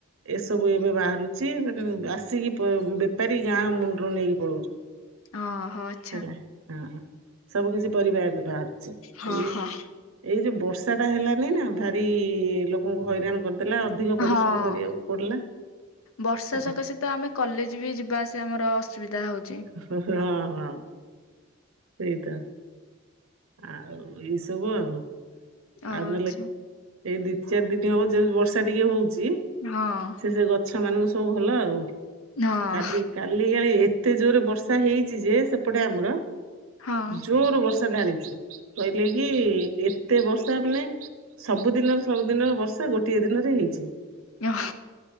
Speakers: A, on the right; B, on the left.
A: ଏସବୁ ଏବେ ବାହାରୁଛି। ସେଟୁ ଆସିକି ବେପାରୀ ଗାଁ ମୁଣ୍ଡୁରୁ ନେଇକି ପଳଉଚନ୍ତି।
B: ହଁ ହଁ।
A: ହେଲା, ହଁ ସବୁ କିଛି ପରିବା ଏବେ ବାହାରୁଚି
B: ହଁ
A: ଏଇ
B: ହଁ
A: ଏଇ ଯୋଉ ବର୍ଷା ଟା ହେଲାନେହିଁ ନା ଭାରି ଲୋକଙ୍କୁ ହଇରାଣ କରିଦେଲା। ଅଧିକ ପରିଶ୍ରମ
B: ହଁ
A: କରିବାକୁ ପଡିଲା
B: ବର୍ଷା
A: ହେଲା।
B: ସକାଶେ ତ ଆମେ କଲେଜେ ବି ଯିବା ଆସିବା ଆମର ଅସୁବିଧା ହୋଉଚି।
A: ହୁଁ ହୁଁ ହଁ ହଁ ସେଇତ। ଆଉ ଏଇ ସବୁ ଆଉ।
B: ଓହୋ
A: ଆଉ ନହେଲେ
B: ଆଚ୍ଛା
A: ଏଇ ଦି ଚାରି ଦିନି ହବ ଯୋଉ ବର୍ଷା ଟିକେ ହୋଉଚି
B: ହଁ
A: ସେ ସେ ଗ ଗଛ ମାନଙ୍କୁ ସବୁ ଭଲ। ଆଉ
B: ହଁ
A: କାଲି କାଲି କାଳେ ଏତେ ଜୋରେ ବର୍ଷା ହେଇଚି ଯେ ସେପଟେ ଆମର
B: ହଁ
A: ଜୋର ବର୍ଷା ଢାଳିଚି। କହିଲେ କି ଏତେ ବ ବର୍ଷା ମାନେ ସବୁଦିନର ସବୁଦିନର ବର୍ଷା ଗୋଟିଏ ଦିନରେ ହେଇଚି।
B: ଓହ